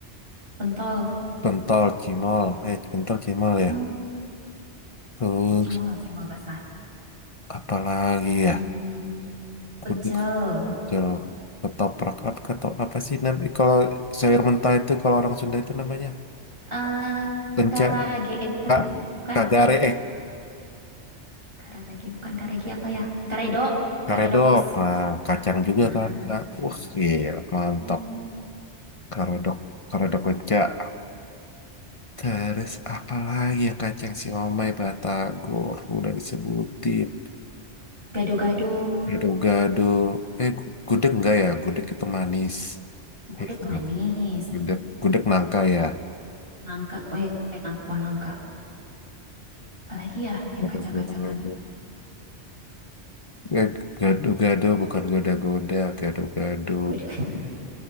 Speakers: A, on the right (about 50°); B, on the left (about 35°).
A: Pentol.
B: Pentol, cimol, eh pentol, cimol ya.
A: Oh,
B: Terus
A: ya cimol, cimol basah.
B: apa lagi
A: Hmm,
B: ya?
A: pecel.
B: Kuduk, pecel, ketoprak, apa ketop, apa sih nam? Kalau sayur mentah itu kalau orang Sunda itu namanya
A: Eh,
B: kencak,
A: karage. Eh, bukan.
B: kak,
A: Bukan.
B: kagare, eh
A: Karage. Bukan karage apa ya? Karedo.
B: karedok.
A: Karedoks.
B: Nah, kacang juga kan,
A: Ah,
B: kak. Wah, gila, mantap.
A: iya.
B: Karedok, karedok kencak. Terus apa lagi yang kacang siomay, batagor, udah disebutin.
A: Gado-gado.
B: Gado-gado. Eh, gu- gudeg enggak ya? Gudeg itu manis.
A: Gudeg
B: Eh, sama.
A: manis.
B: Gudeg, gudeg nangka ya.
A: Nangka. Oh ya, nangka. Wah, nangka. Apalagi ya yang
B: Gado-gado.
A: kacang-kacangan.
B: Eh, gado-gado bukan goda-goda, gado-gado.
A: Gudeg. <laughs>